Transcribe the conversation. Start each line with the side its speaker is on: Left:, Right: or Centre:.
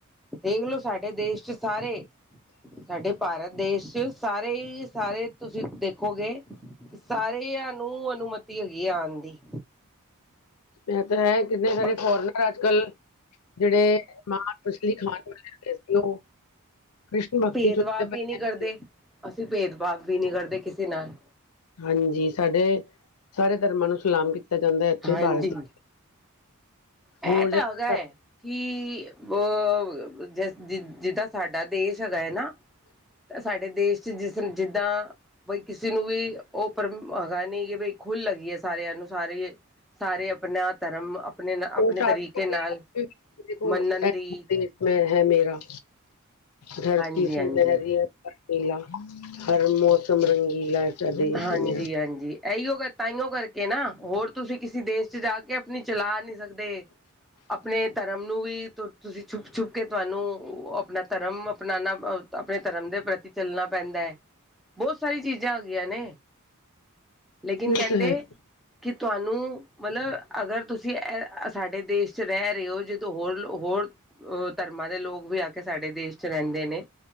Centre: ਦੇਖਲੋ ਸਾਡੇ ਦੇਸ਼ ਚ ਸਾਰੇ ਸਾਡੇ ਭਾਰਤ ਦੇਸ਼ ਚ ਸਾਰੇ ਹੀ ਸਾਰੇ ਤੁਸੀਂ ਦੇਖੋ ਹੋ ਗਏ, ਸਾਰਿਆਂ ਨੂੰ ਅਨੁਮਤੀ ਹੈਗੀ ਆ ਆਉਣ ਦੀ
Left: ਮ ਤਾਂ ਹੈ ਕਿੰਨੇ ਸਾਰੇ
Centre: ਔਰ
Left: ਫੋਰਨ ਪਰ ਅੱਜ ਕੱਲ ਜਿਹੜੇ ਮਾਂਸ ਮਛਲੀ ਖਾਨ ਵਾਲੇ ਹੈਗੇ ਸੀ ਉਹ ਕ੍ਰਿਸ਼ਨ ਭਗਤੀ
Centre: ਭੇਦਭਾਵ
Left: ਚ ਉਲਝੇ
Centre: ਵੀ
Left: ਪਏ
Centre: ਨੀ ਕਰਦੇ,
Left: ਨੇ
Centre: ਅਸੀਂ ਭੇਦਭਾਵ ਵੀ ਨੀ ਕਰਦੇ ਕਿਸੇ ਨਾਲ,
Left: ਹਾਂਜੀ, ਸਾਡੇ ਸਾਰੇ ਧਰਮਾਂ ਨੂੰ ਸਲਾਮ ਕੀਤਾ ਜਾਂਦਾ ਹੈ ਇੱਥੇ
Centre: ਹਾਂਜੀ
Left: ਭਾਰਤ,
Centre: ਇਹ
Left: ਹੋਰ
Centre: ਤਾਂ
Left: ਜਗ੍ਹਾ
Centre: ਹੋ ਗ ਕਿ ਅ ਜ ਜਿੱਦਾਂ ਸਾਡਾ ਦੇਸ਼ ਹੈਗਾ ਹੈ ਨਾ, ਤਾਂ ਸਾਡੇ ਦੇਸ਼ ਚਚ ਜਿਸ ਜਿੱਦਾਂ। ਬਈ ਕਿਸੇ ਨੂੰ ਵੀ ਉਹ ਪਰ ਹੈਗਾ ਨੀ ਕਿ ਬਈ ਖੁੱਲ ਲਗੀ ਹੈ ਸਾਰਿਆਂ ਨੂੰ ਸਾਰੇ, ਸਾਰੇ ਆਪਣਾ ਧਰਮ ਆਪਣੇ, ਆਪਣੇ
Left: ਉਹ ਸ਼ਦ
Centre: ਤਰੀਕੇ ਨਾਲ
Left: ਦੇਖੋ
Centre: ਮੰਨਣ ਦੀ
Left: ਮੈਂ ਹੈ ਮੇਰਾ ਧਰਤੀ
Centre: ਹਾਂਜੀ
Left: ਸੀ
Centre: ਹਾਂਜੀ
Left: ਲਹਿਰੀ ਹੈ ਰੀਲਾ ਹਰ ਮੌਸਮ ਰੰਗੀਲਾ ਐਸਾ ਦੇਸ਼
Centre: ਹਾਂਜੀ-
Left: ਹੈ ਮੇਰਾ
Centre: ਹਾਂਜੀ ਇਹੀਓ ਗ ਤਾਂਓ ਕਰਕੇ ਨਾ ਹੋਰ ਤੁਸੀਂ ਕਿਸੇ ਦੇਸ਼ ਚ ਜਾ ਕੇ ਆਪਣੀ ਚਲਾ ਨਹੀ ਸਕਦੇ। ਆਪਣੇ ਧਰਮ ਨੂੰ ਵੀ ਤੁਸੀਂ ਛੁੱਪ ਛੁੱਪ ਕੇ ਤੁਹਾਨੂੰ ਆਪਣਾ ਧਰਮ ਅਪਨਾਨਾ। ਆਪਣੇ ਧਰਮ ਦੇ ਪ੍ਰਤੀ ਚੱਲਣਾ ਪੈਂਦਾ ਹੈ ਬਹੁਤ ਸਾਰੀਆਂ ਚੀਜ਼ਾਂ ਹੁੰਦੀਆ ਨੇ, ਲੇਕਿਨ
Left: ਇਹ
Centre: ਕਹਿੰਦੇ
Left: ਤਾਂ ਹੈ
Centre: ਕਿ ਤੁਹਾਨੂੰ ਮਤਲਬ ਅਗਰ ਤੁਸੀਂ ਅ ਸਾਡੇ ਦੇਸ਼ ਚ ਰਹਿ ਰਹੇ ਹੋ ਜਦੋਂ ਹੋਰ ਹੋਰ। ਉਹ ਧਰਮਾਂ ਦੇ ਲੋਕ ਵੀ ਆ ਕੇ ਸਾਡੇ ਦੇਸ਼ ਚ ਰਹਿੰਦੇ ਨੇ,